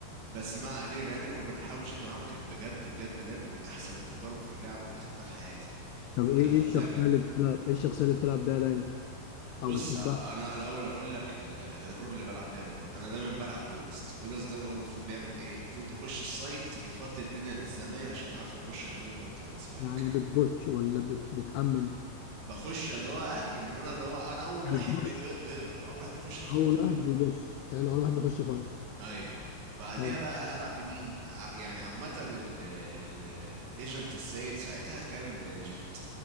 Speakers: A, on the right; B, on the left.
A: بس ما علينا يعني كنا بنحاول نشد معاهم كانت بجد بجد بجد من احسن التجارب في اللعب اللي خدتها في حياتي
B: طب ايه
A: حاجه ممتعه
B: ايه الشخصيه
A: جدا
B: اللي بتلعب ايه الشخصيه اللي بتلعب بيها دايما
A: بص
B: او بتحبها
A: انا الاول اقول لك ال- الرول اللي بلعب فيها دايما انا دايما بلعب دولست دولست ده اللي هو المفروض بيعمل ايه المفروض يخش السايت يفضي الدنيا للزمايل عشان يعرفوا يخشوا يعملوا بلانت للسبايك
B: يعني بتبوتش ولا بت... بتأمن
A: بخش اللي هو اهجم ان انا اللي هو انا اول
B: بتبوش
A: واحد بي بي بيضرب اول واحد بخش في فايتايه
B: اول واحد بيبص حلو اول واحد بيخش فايت
A: ايوه بعديها
B: حلو
A: بقى العب بمين ع- يعني عامه ال- ال- الايجنت السيد ساعتها كان جيت